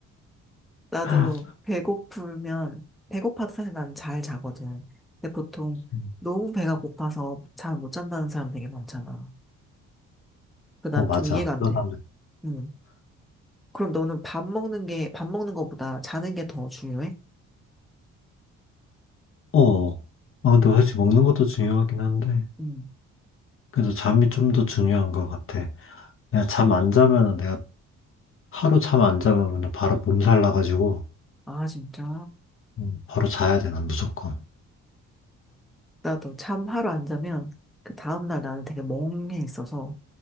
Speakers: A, in the centre; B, on the left.
A: 나도
B: <laughs>
A: 배고프면, 배고파도 사실 난 잘 자거든. 근데 보통
B: 음.
A: 너무 배가 고파서 잘 못 잔다는 사람 되게 많잖아. 그 난
B: 어, 맞아.
A: 좀 이해가 안
B: 그런
A: 돼.
B: 사람들.
A: 응. 그럼 너는 밥 먹는 게, 밥 먹는 거보다 자는 게 더 중요해?
B: 어. 아, 근데 사실 먹는 것도 중요하긴 한데,
A: 응.
B: 그래도 잠이 좀 더 중요한 것 같아. 내가 잠 안 자면은, 내가 하루 잠 안 자면은 바로 몸살 나가지고,
A: 아, 진짜.
B: 음, 바로 자야 돼, 난 무조건.
A: 나도 잠 하루 안 자면 그 다음날 나는 되게 멍해 있어서